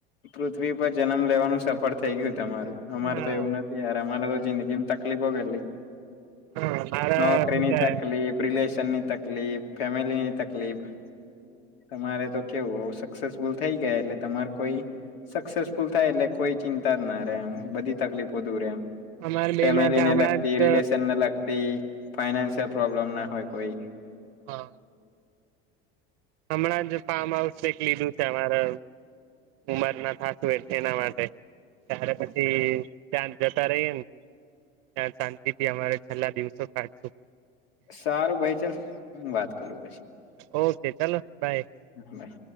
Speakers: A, on the left; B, on the right.
A: પૃથ્વી પર જન્મ લેવાનું સફળ થઇ ગયું તમારું અમારે
B: હા
A: તો એવું ન થી યાર અમારે તો જિંદગી ની તકલીફો કેટલી
B: હા મારા
A: નોકરીની
B: શું કે
A: તક રિલેશનની તકલીફ, ફેમિલી ની તકલીફ તમારે તો કેવું સક્સેસફુલ થઈ ગયા એટલે તમારે કોઈ સક્સેસફુલ થાય એટલે કોઈ ચિંતા જ ના રે એમ બધી તકલીફો દૂર એમ
B: અમારે બે
A: ફેમિલીને
B: માટે હમણાં
A: લગતી,
B: જ
A: રિલેશનને લગ તી ફાઈનાન્શિયલ પ્રોબ્લેમ ના હોય કોઈ
B: હા. હમણાં જ ફાર્મ હાઉસ લીધું છે અમારે. ઉમર ના થાતું, એ એના માટે, ત્યારે પછી ત્યાં જતા રહીએ ને, ત્યાં શાંતિ થી અમારે છેલ્લા દિવસો. કાઢશું
A: સારું ભાઈ, ચાલ હુ વાત કરું પછી.
B: ઓકે, ચલો બાય.
A: બાય.